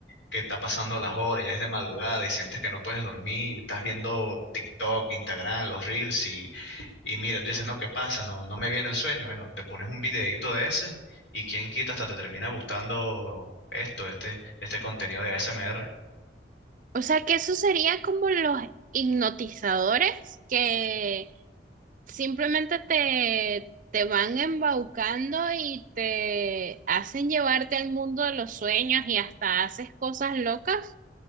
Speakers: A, on the left; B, on the right.
A: que está pasando las horas, ya es de madrugada y sientes que no puedes dormir, y estás viendo TikTok, Instagram, los Reels y, y mira, tú dices, no, ¿qué pasa? No, no me viene el sueño. Bueno, te pones un videíto de ese y quién quita hasta te termina gustando esto, este, este contenido de A S M R.
B: O sea que eso sería como los hipnotizadores que simplemente te, te van embaucando y te hacen llevarte al mundo de los sueños y hasta haces cosas locas.